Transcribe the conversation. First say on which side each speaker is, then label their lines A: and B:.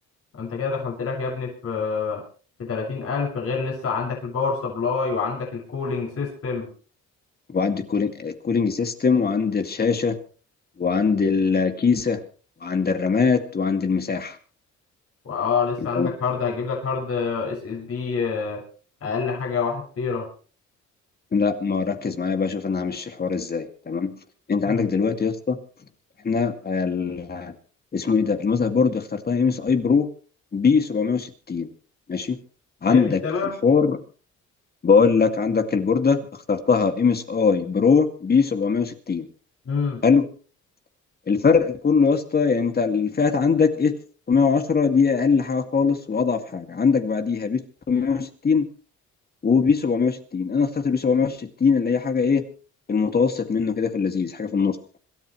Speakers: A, on the left; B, on the left.
A: انت كده دخلت لك يا ابني في آه، في تلاتين ألف غير لسه عندك الباور سبلاي وعندك الكولينج سيستم
B: وعندي كولينج كولينج سيستم وعندي الشاشة وعندي الكيسة وعندي الرامات وعندي المساحة
A: واه لسه عندك
B: تمام.
A: هارد هجيب لك هارد اس اس دي اقل حاجه واحد تيرا
B: لا ما ركز معايا بقى شوف انا همشي الحوار ازاي تمام انت
A: مم.
B: عندك دلوقتي يا اسطى احنا ال... اسمه ايه ده المذر بورد اخترتها ام اس اي برو بي 760 ماشي عندك
A: ايه مش سامع
B: في الحوار بقول لك عندك البوردة اخترتها ام اس اي برو بي 760
A: امم
B: حلو الفرق كله يا اسطى يعني انت الفئات عندك اتش 610 دي اقل حاجه خالص واضعف حاجه عندك بعديها بي 660 وبي 760 انا اخترت البي 760 اللي هي حاجه ايه في المتوسط منه كده في اللذيذ حاجه في النص